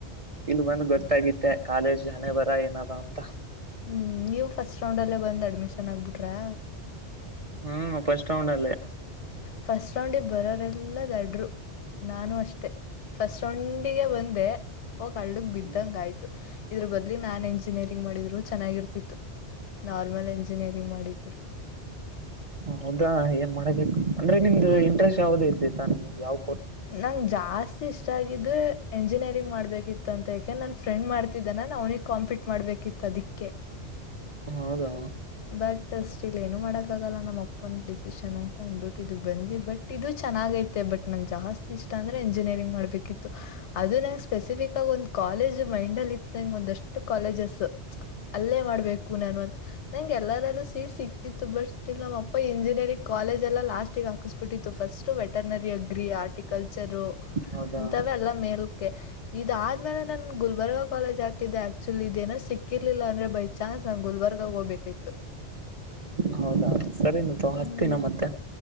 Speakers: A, on the right; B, on the left.
A: ಇಲ್ ಬಂದ್ ಗೊತ್ತಾಗುತ್ತೆ ಕಾಲೇಜ್ ಹಣೆ ಬರ ಏನದ ಅಂತ.
B: ಹ್ಮ್ ನೀವು ಫಸ್ಟ್ ರೌಂಡ್ ಅಲ್ಲೇ ಬಂದ್ ಅಡ್ಮಿಶನ್ ಆಗ್ಬಿಟ್ರಾ.
A: ಹ್ಮ್ ಫಸ್ಟ್ ರೌಂಡ್ ಅಲ್ಲೆ.
B: ಫಸ್ಟ್ ರೌಂಡಿಗೆ ಬರೋರೆಲ್ಲ ದಡ್ರು. ನಾನು ಅಷ್ಟೆ ಫಸ್ಟ್ ರೌಂಡಿಗೆ ಬಂದೆ ಹೋಗ್ ಹಳ್ಳಗ್ ಬಿದ್ದಂಗ್
A: ಹ್ಮ್
B: ಆಯ್ತು. ಇದ್ರ ಬದ್ಲಿ ನಾನ್ ಎಂಜಿನಿಯರಿಂಗ್ ಮಾಡಿದ್ರು ಚೆನ್ನಾಗಿರ್ತಿತ್ತು ನಾರ್ಮಲ್ ಎಂಜಿನಿಯರಿಂಗ್ ಮಾಡಿದ್ರು.
A: ಹೌದಾ ಏನ್ ಮಾಡಬೇಕು ಅಂದ್ರೆ ನಿಮ್ದು ಇಂಟ್ರೆಸ್ಟ್ ಯಾವ್ದ ಇತೆ ನಿಮ್ಗೆ ಯಾವ್
B: ನಂಗ್ ಜಾಸ್ -- ಇಷ್ಟ ಆಗಿದ್ದು ಎಂಜಿನಿಯರಿಂಗ್ ಮಾಡ್ಬೇಕಿತ್ತು ಅಂತ ಎಕೆ ನನ್ ಫ್ರೆಂಡ್ ಮಾಡ್ತಿದ್ದಾನಾನ ಅವ್ನಿಗ್ ಕಾಂಪೀಟ್ ಮಾಡ್ಬೇಕಿತ್ತು ಅದಿಕ್ಕೆ.
A: ಹೌದಾ.
B: ಬಟ್ ಸ್ಟಿಲ್ ಏನು ಮಾಡಕ್ಕಾಗಲ್ಲ ನಮ್ ಅಪ್ಪನ್ ಡಿಸಿಷನ್ ಅಂತ ಅಂದ್ಬಿಟ್ಟು ಇದು ಬಂದ್ವಿ ಬಟ್ ಇದು ಚೆನ್ನಾಗೈತೆ ಬಟ್ ನಂಗ್ ಜಾಸ್ತಿ ಇಷ್ಟ ಅಂದ್ರೆ ಎಂಜಿನಿಯರಿಂಗ್ ಮಾಡ್ಬೇಕಿತ್ತು. ಅದು ನಂಗ ಸ್ಪೆಸಿಫಿಕ್ ಆಗ ಒಂದ್ ಕಾಲೇಜ್ ಮೈಂಡ್ ಅಲ್ಲಿ ಇತ್ತು ನಂಗ್ ಒಂದಷ್ಟು ಕಾಲೇಜಸ್. ಅಲ್ಲೇ ಮಾಡ್ಬೇಕು ನಾನು ಅಂತ ನಂಗ್ ಎಲ್ಲಾರಲ್ಲೂ ಸ್ವೀಟ್ ಸಿಕ್- ಇತ್ತು ಬಟ್ ಸ್ಟಿಲ್ ನಮ್ಮಪ್ಪ ಇಂಜಿನಿಯರಿಂಗ್ ಕಾಲೇಜೆಲ್ಲ ಲಾಸ್ಟ ಹಾಕಿಸಸ್ಬಿಟ್ಟಿತ್ತು ಫಸ್ಟ್ ವೆಟರ್ನರಿ ಆ ಹಾರ್ಟಿಕಲ್ಚರು
A: ಹೌದಾ
B: ಇಂತವೆಲ್ಲ ಮೇಲ್ಕೆ. ಇದಾದ್ಮೇಲೆ ನನ್ ಗುಲ್ಬರ್ಗ ಕಾಲೇಜ್ ಹಾತಿದ್ದೆ ಆಕ್ಚುಲಿ ಇದೆನೋ ಸಿಕ್ಕಿರ್ಲಿಲ್ಲ ಅಂದ್ರೆ ಬೈ ಚಾ ನಾನ್ ಗುಲ್ಬರ್ಗ ಹೋಗ್ಬೇಕಿತ್ತು.
A: ಹೌದಾ ಸರಿನಪ್ಪ
B: ಹ್ಮ್
A: ಹತ್ತಿನ ಮತ್ತೆ.